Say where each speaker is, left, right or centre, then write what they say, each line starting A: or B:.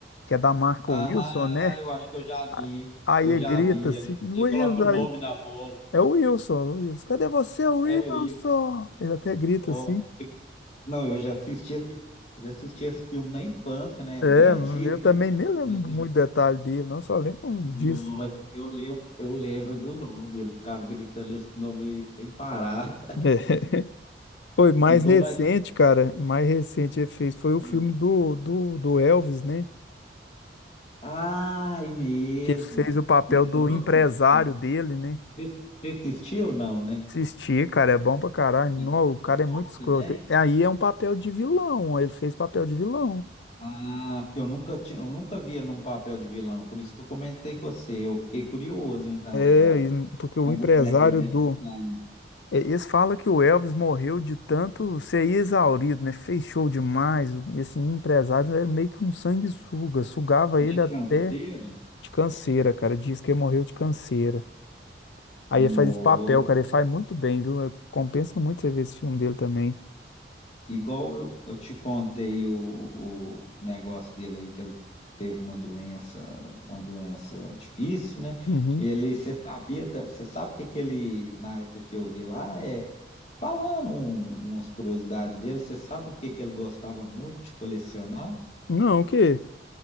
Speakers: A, on the left (about 80°); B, on the left (about 40°).
A: que é da marca
B: Ah,
A: Wilson, né?
B: eu acho que eu já
A: A-
B: vi,
A: Aí
B: eu
A: ele
B: já
A: grita
B: vi.
A: assim,
B: Ele
A: Wilson,
B: ele coloca o nome
A: aí.
B: na bola.
A: É o Wilson, o Wilson. Cadê você, Wilson?
B: É o
A: Ele até grita
B: Ó,
A: assim.
B: Não, eu já assisti esse, eu já assisti esse filme na infância, né?
A: É,
B: Bem antigo,
A: eu
B: né?
A: também nem lembro
B: Mas é-
A: muito detalhe dele, não, só lembro um
B: nossa,
A: disso.
B: eu lembro, eu lembro do nome. Ele ficava gritando esse nome aí sem parar. <laughs>
A: <laughs> É. Foi mais
B: Igual
A: recente,
B: nós.
A: cara. Mais recente ele fez foi o
B: Ah,
A: filme do, do, do Elvis, né?
B: Ai, mesmo.
A: Que ele fez o papel
B: E esse
A: do
B: eu não
A: empresário
B: assisti.
A: dele, né?
B: Você você assistiu ou não, né?
A: Assistir, cara, é bom pra caralho. Não,
B: É
A: o cara é
B: top
A: muito escroto.
B: também?
A: Aí é um papel de vilão, ele fez papel de vilão.
B: Ah, porque eu nunca tinha, eu nunca via num papel de vilão, por isso que eu comentei com você. Eu fiquei curioso, então,
A: É,
B: para
A: e- porque o empresário
B: ver como é que vai
A: do,
B: se sair
A: É, Eles falam que o Elvis morreu de tanto ser exaurido, né? Fez show demais. o- Esse empresário era meio que um sanguessuga, sugava ele
B: de
A: até
B: canseira.
A: de canseira, cara. Diz que ele morreu de canseira. Aí
B: Novo.
A: ele faz esse papel, cara. Ele faz muito bem, viu? É, Compensa muito você ver esse filme dele também.
B: Igual eu, eu te contei o, o negócio dele aí, que ele teve uma doença, uma doença difícil, né?
A: Uhum.
B: Ele, você sabia, tá- você sabe o que que ele, na época que eu vi lá, é falando um- umas curiosidades dele, você sabe o que que ele gostava muito de colecionar?
A: Não, o quê?